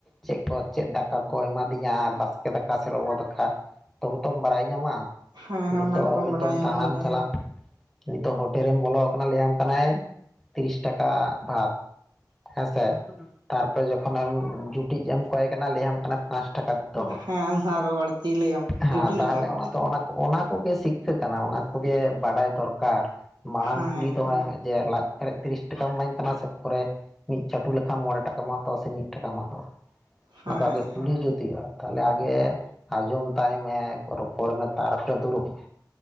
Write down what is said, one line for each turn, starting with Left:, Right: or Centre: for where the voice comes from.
Centre: ᱪᱮᱜ ᱠᱚ ᱪᱮᱫ ᱫᱟᱠ ᱠᱟ ᱠᱚ ᱮᱢᱟ ᱫᱤᱧᱟ, ᱵᱟᱥᱠᱮ ᱫᱟᱠᱟ ᱥᱮ ᱞᱚᱞᱚ ᱫᱟᱠᱟ ᱛᱚᱵᱮ ᱛᱚᱢ ᱵᱟᱲᱟᱭ ᱧᱟᱢᱟ᱾
Right: ᱦᱮᱸ ᱦᱮᱸ
Centre: ᱱᱤᱛᱳᱜ
Right: ᱚᱱᱟ ᱠᱚ
Centre: ᱦᱚᱭᱛᱚᱢ
Right: ᱵᱟᱰᱟᱭ ᱧᱟᱢᱚᱜ
Centre: ᱫᱟᱬᱟᱱ
Right: ᱜᱮᱭᱟ
Centre: ᱪᱟᱞᱟᱜ ᱱᱤᱛᱳᱜ ᱦᱳᱴᱮᱞ ᱨᱮᱢ ᱵᱚᱞᱚ ᱠᱟᱱᱟ ᱞᱟᱹᱭᱟᱢ ᱠᱟᱱᱟᱭ ᱛᱤᱨᱤᱥ ᱴᱟᱠᱟ ᱵᱷᱟᱛ᱾ ᱦᱮᱸ ᱥᱮ ᱛᱟᱨᱯᱚᱨᱮ ᱡᱚᱠᱷᱚᱱᱮᱢ ᱡᱩᱴᱤᱡ ᱮᱢ ᱠᱚᱭ ᱠᱟᱱᱟ ᱞᱟᱹᱭᱟᱢ ᱠᱟᱱᱟ ᱯᱟᱸᱥ ᱴᱟᱠᱟ ᱫᱤᱛᱮ ᱦᱚᱵᱮ,
Right: ᱦᱮᱸ ᱟᱨᱚ ᱵᱟᱹᱲᱛᱤ ᱞᱟᱹᱭᱟᱢ
Centre: ᱦᱮᱸ
Right: ᱡᱩᱴᱩᱡ
Centre: ᱛᱟᱦᱞᱮ
Right: ᱨᱮᱱᱟᱜ ᱦᱚᱸ
Centre: ᱚᱱᱟ ᱫᱚ ᱚᱱᱟ ᱚᱱᱟ ᱠᱚ ᱜᱮ ᱥᱤᱠᱠᱷᱟᱹ ᱠᱟᱱᱟ, ᱚᱱᱟ ᱠᱚ ᱜᱮ ᱵᱟᱰᱟᱭ ᱫᱚᱨᱠᱟᱨ᱾ ᱢᱟᱲᱟᱝ
Right: ᱦᱮᱸ
Centre: ᱠᱩᱞᱤ ᱫᱚᱦᱚᱭᱮᱢᱮ ᱡᱮ ᱞᱟᱡ ᱯᱮᱨᱮᱡ ᱛᱤᱨᱤᱥ ᱴᱟᱠᱟᱢ ᱤᱢᱟᱹᱧ ᱠᱟᱱᱟ ᱥᱮ ᱯᱚᱨᱮ ᱢᱤᱫ ᱪᱟᱹᱴᱩ ᱞᱮᱠᱷᱟᱱ ᱢᱚᱬᱮ ᱴᱟᱠᱟᱢ ᱦᱟᱛᱟᱣᱟ ᱥᱮ ᱢᱤᱫ ᱴᱟᱠᱟᱢ ᱦᱟᱛᱟᱣᱟ?
Right: ᱦᱮᱸ
Centre: ᱚᱱᱟ ᱫᱚ ᱟᱜᱮ ᱠᱩᱞᱤ ᱡᱩᱛ ᱦᱩᱭᱩᱜ-ᱟ᱾ ᱛᱟᱦᱞᱮ ᱟᱜᱮ ᱟᱸᱡᱚᱢ ᱛᱟᱭ ᱢᱮ, ᱨᱚᱯᱚᱲ ᱢᱮ ᱛᱟᱨᱯᱚᱨᱮ ᱫᱩᱲᱩᱵ ᱢᱮ᱾